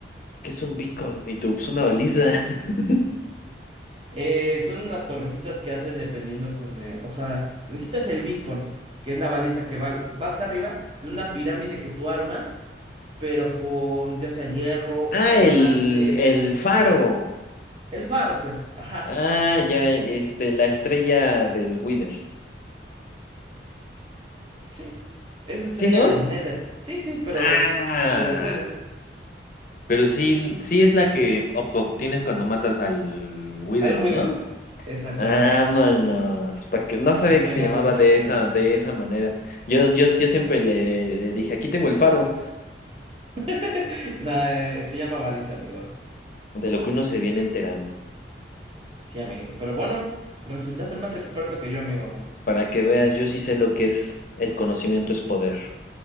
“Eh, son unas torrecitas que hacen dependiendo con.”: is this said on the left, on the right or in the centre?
Right